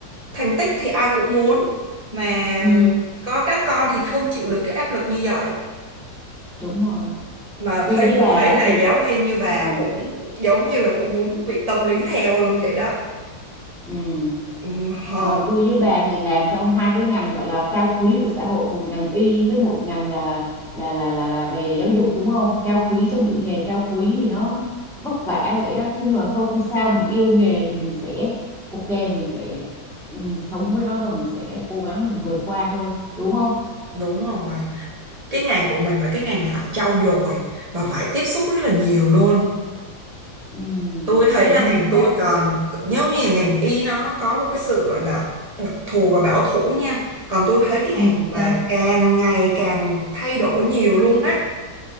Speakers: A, on the right (about 45°); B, in the centre.
A: thành tích thì ai cũng muốn, mà
B: Ừ.
A: có các con thì không chịu được cái áp lực như vậy.
B: đúng rồi
A: Mà
B: tôi
A: thấy
B: với bà
A: tôi
B: á
A: thấy là
B: thì
A: giáo viên như bà
B: ờ,
A: cũng giống như là cũng muốn bị tâm lý theo luôn vậy đó.
B: ừ.
A: Ừ, hờ,
B: Ờ, tôi với bà thì làm trong hai cái ngành gọi là cao quý của xã hội một ngành y với một ngành là là là là là về giáo dục đúng không cao quý trong những nghề cao quý thì nó vất vả vậy á Thôi nhưng mà thôi không sao mình yêu nghề thì mình sẽ ok mình sẽ ừ, sống với nó và mình sẽ cố gắng mình vượt qua thôi đúng không
A: đúng rồi. cái ngành của mình là cái ngành phải trau dồi và phải tiếp xúc rất là nhiều luôn
B: ừ,
A: tôi thấy
B: đúng
A: là ngành
B: chính
A: tôi
B: xác
A: còn nếu như là ngành y nó có một cái sự gọi là đặc thù và bảo thủ nha còn tôi thấy cái
B: ừ,
A: ngành của bà
B: sao
A: càng ngày càng thay đổi nhiều luôn á